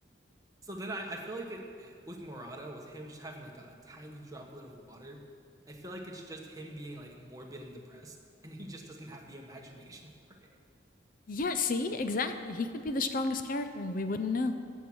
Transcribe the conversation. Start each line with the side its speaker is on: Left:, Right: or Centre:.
Right: so then I, I feel like it, it- with Morata, with him just having like a, a tiny droplet of water, I feel like it's just him being like morbid and depressed, and he just doesn't have the imagination for it.
Left: Yeah, see? Exactly. He could be the strongest character and we wouldn't know.